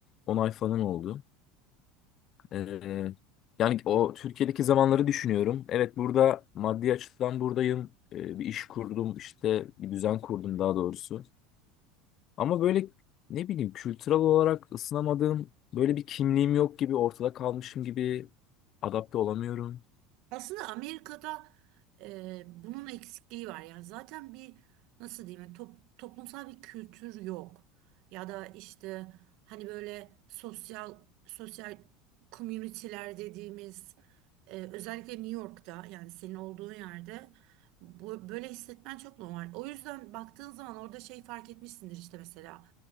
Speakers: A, on the left; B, on the right.
A: 10 ay falan oldu. Ee, yani o Türkiye'deki zamanları düşünüyorum. Evet burada maddi açıdan buradayım. Ee, bir iş kurdum işte bir düzen kurdum daha doğrusu. Ama böyle ne bileyim kültürel olarak ısınamadığım böyle bir kimliğim yok gibi ortada kalmışım gibi adapte olamıyorum.
B: Aslında Amerika'da e, bunun eksikliği var. Yani zaten bir nasıl diyeyim yani top- toplumsal bir kültür yok. Ya da işte hani böyle sosyal sosyal community'ler dediğimiz e, özellikle New York'ta yani senin olduğun yerde bu böyle hissetmen çok normal. O yüzden baktığın zaman orada şey fark etmişsindir işte mesela